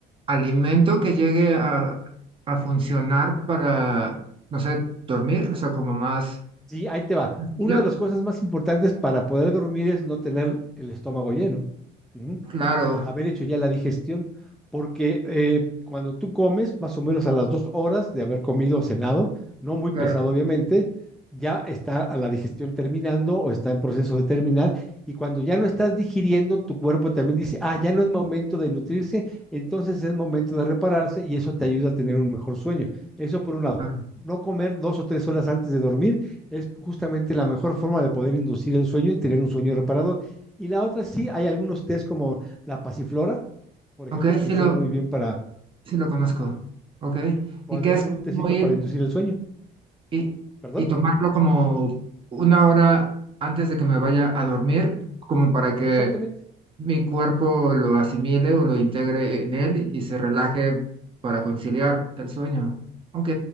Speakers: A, on the right; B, in the centre.
A: alimento que llegue a, a funcionar para, no sé, dormir? O sea, como más...
B: Sí, ahí te va. Una
A: ¿Y ¿Yo?
B: de las cosas más importantes para poder dormir es no tener el estómago lleno. Ujú.
A: Claro,
B: Haber hecho ya la digestión. Porque eh, cuando tú comes, más o menos a las dos horas de haber comido o cenado, no muy
A: claro,
B: pesado obviamente, ya está a la digestión terminando o está en proceso de terminar. Y cuando ya no estás digiriendo, tu cuerpo también dice, ah, ya no es momento de nutrirse, entonces es momento de repararse y eso te ayuda a tener un mejor sueño. Eso por un lado.
A: claro.
B: No comer dos o tres horas antes de dormir es justamente la mejor forma de poder inducir el sueño y tener un sueño reparador. Y la otra sí, hay algunos test como la pasiflora, por ejemplo,
A: Ok,
B: funciona
A: sí lo,
B: muy bien para,
A: Sí, lo conozco. Ok.
B: podría
A: Y ¿qué es
B: ser un tecito
A: como ir
B: para inducir el sueño,
A: y,
B: perdón,
A: y tomarlo como una hora antes de que me vaya a dormir, como para que
B: exactamente.
A: mi cuerpo lo asimile o lo integre en él y se relaje para conciliar el sueño. Ok,